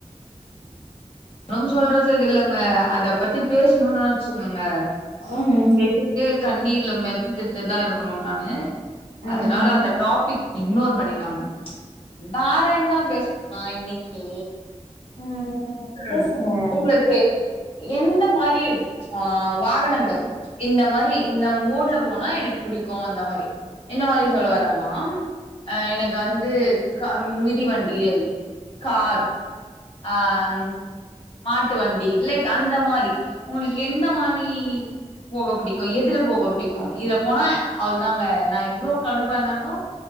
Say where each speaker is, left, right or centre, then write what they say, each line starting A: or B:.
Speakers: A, on the left; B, on the left.
A: ஒன்னு சொல்றதுக்கு இல்லங்க அதை பத்தி பேசணுனு வச்சுக்கோங்க
B: ம்
A: பேசி கண்ணீர்ல மிதந்துட்டுதா இருக்கணு நானு அதனால
B: ம்ஹும்
A: அத டாபிக் இக்னோர் பண்ணிட்லாங்க வேற என்னா பேசமா இன்னைக்கி
B: ம் பேசுங்க
A: ம் உங்களுக்கு எந்த மாரி ஆ வாகனங்கள் இந்த மாரி இந்த மூட்ல போனா எனக்கு புடிக்கு அந்த மாரி என்ன மாரி சொல்ல வரனா அ எனக்கு வந்து க மிதி வண்டியை கார் அ ம் மாட்டு வண்டி லைக் அந்த மாரி உங்களுக்கு எந்த மாரி போக பிடிக்கு எதுல போக பிடிக்கு இதுல போனா அவ்ளதாங்க நா எவ்ளோ கடுப்பானாலு